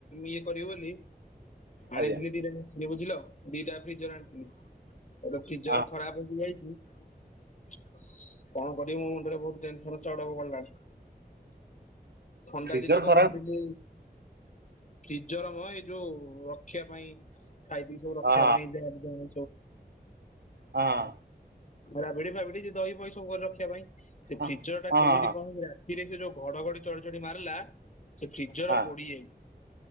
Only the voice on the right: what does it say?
ଆଜ୍ଞା
ହଁ
ଫ୍ରିଜର
ଖରାପ
ହଁ
ହଁ।
ହଁ
ହଁ
ହଁ ହଁ